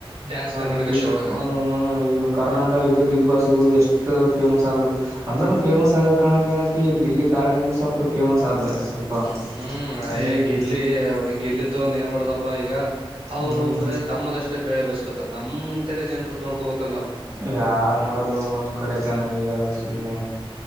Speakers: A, on the right (about 70°); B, on the right (about 30°).
A: ಡ್ಯಾನ್ಸ್ ಕರ್ನಾಟಕ
B: ಈ ಬಿಗ್
A: ಶೋ ಒಳಗ
B: ಬಾ ಈಗ ಕರ್ನಾಟಕ ಇ ಬಿಗ್ ಬಾಸ್ಗ ಹೋಗಿ ಎಷ್ಟು ಫೇಮಸ್ ಆದ್ಳು. ಅಂದ್ರನು ಫೇಮಸ್ ಆಗ್ ಕಣಕ್ ಗಿಲ್ಲಿ ಕಾರಣಕ್ಕಿ ಸ್ವಲ್ಪ ಫೇಮಸ್ ಆದ್ಲು. ಸ್ವಲ್ಪ
A: ಹ ಹ್ಮ್ ಅದೇ
B: ಹ್ಮ್
A: ಗಿಲ್ಲಿ ಗಿಲ್ಲಿ ತಗೊಂಡ ಏನ್ ಮಾಡೋದಪ್ಪ ಈಗ. ಅವ್ರು
B: ಹ್ಮ್
A: ಬರೇ ತಮ್ಮದಷ್ಟೇ ಬಳೆ ಬೇಯ್ಸ್ಕೋತಾರ ನಮುಂ ಕಡೆ ಜನ್ರದ ನೋಡ್ಕೋಬೇಕಲ್ಲ ನವು.
B: ಯಾರ್ ನೋಡಲ್ಲೋ ನಮ್ ಕಡೆ ಜನ ಈಗ ಸುಮ್ಮ.